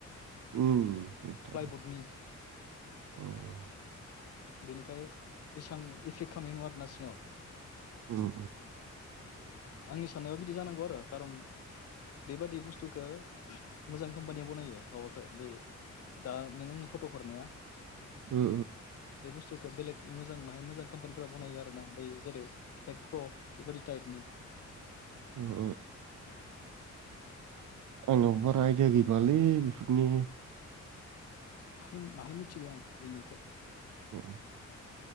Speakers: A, on the right (about 80°); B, on the left (about 55°).
A: उम
B: प्लाइबर्डनि बेनिखाय एसां इफेक्ट खालामनाय नङा आरो ना सिङाव।
A: उम
B: आंनि साननायाबा बिदि जानांगौ आरो खारन बेबादि बुस्थुखो मोजां कम्पानियाव बनायो माबाखौ बे दा नों आंनो फट' हरनाया
A: उम
B: बे बुस्थुखौ बेलेग मोजां माहाय मोजां कम्पानिफोराव बनायो आरो ना। बि जेरै हेकप्र' बेबायादि टाइपनि।
A: उम आंनावबो बारा आयदा गैबाङालै बिफोर नि।
B: बाहाय बाहाय मिथिबाय आं बिनखो
A: <unintelligible>